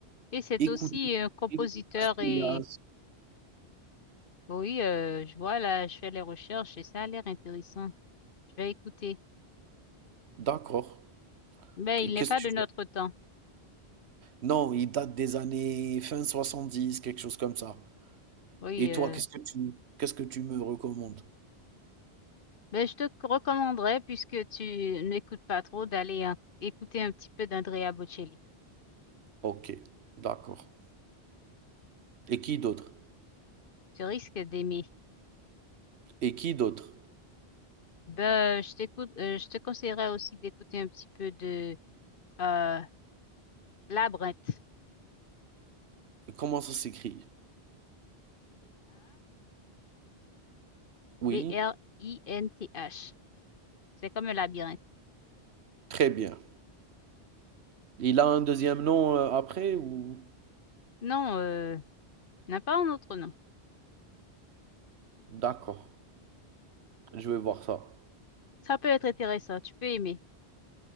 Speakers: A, on the left; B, on the right.
A: et c'est
B: Écoute
A: aussi un compositeur
B: écoute Asturias.
A: et oui, euh, je vois là, je fais les recherches et ça a l'air intéressant. Je vais écouter.
B: D'accord.
A: Mais
B: Qu
A: il
B: qu'est-ce
A: n'est pas
B: que
A: de
B: tu
A: notre
B: veux?
A: temps.
B: Non, il date des années fin 70, quelque chose comme ça.
A: Oui,
B: Et
A: euh,
B: toi, qu'est-ce que tu qu'est-ce que tu me recommandes?
A: ben je te recommanderais puisque tu n'écoutes pas trop d'aller un- écouter un petit peu d'Andrea Bocelli.
B: OK, d'accord. Et qui d'autre?
A: Tu risques d'aimer.
B: Et qui d'autre?
A: Ben, je t'écoute, euh, je te conseillerais aussi d'écouter un petit peu de euh, Labyrinthe.
B: Comment ça s'écrit? Oui,
A: L-A-B-R-I-N-T-H. C'est comme un labyrinthe.
B: très bien. Il a un deuxième nom euh, après ou...
A: Non. euh, N'a pas un autre nom.
B: D'accord, je vais voir ça.
A: Ça peut être intéressant, tu peux aimer.